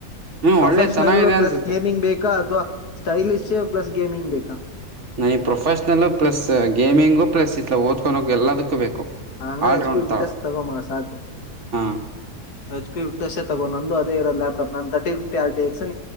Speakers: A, on the right; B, on the left.
A: ಹ್ಞೂ
B: ಪ್ರೊಫೆಷ್ನಲ್
A: ಒಳ್ಳೆ ಚೆನ್ನಾಗಿದೆ
B: ಪ್ಲಸ್
A: ಅನಿಸುತ್ತೆ
B: ಗೇಮಿಂಗ್ ಬೇಕಾ ಅಥವಾ ಸ್ಟೈಲಿಷ್ ಪ್ಲಸ್ ಗೇಮಿಂಗ್ ಬೇಕಾ
A: ನಾನ ಈ ಪ್ರೊಫೆಷನಲ್ ಪ್ಲಸ್ ಗೇಮಿಂಗು ಪ್ಲಸ್ ಇತ್ಲ ಓದ್ಕೊಕ ಎಲ್ಲದಕ್ಕೂ ಬೇಕು
B: ಹಂಗ್ರ
A: ಆಲ್ರೌಂಡ್
B: ಎಚ್ ಪಿ ವಿಟಸ್
A: ಥರ
B: ತಗೋ ಸಾಪು
A: ಹಾಂ
B: ಎಚ್ ಪಿ ವಿ ತಗೋ ನಂದು ಅದೇ ಇ ಲ್ಾಪ್ಟಾಪ್ ನನ್ thirty fifty R X